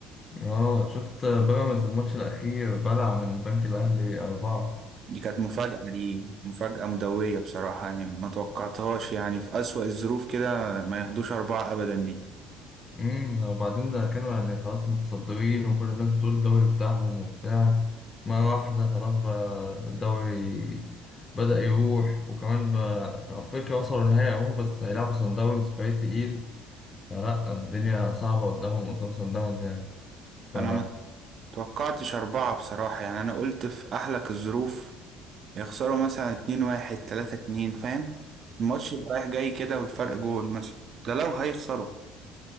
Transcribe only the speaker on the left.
اه شفت بيراميدز الماتش الأخير بلع من البنك الأهلي أربعة
امم وبعدين ده كانوا يعني خلاص متصدرين وكل الناس بتقول الدوري بتاعهم وبتاع مرة واحدة خلاص بقى الدوري بدأ يروح وكمان بقى في أفريقيا وصلوا النهائي أهو بس هيلعبوا صن داونز فريق تقيل فلا الدنيا صعبة قدامهم قدام صن داونز يعني ف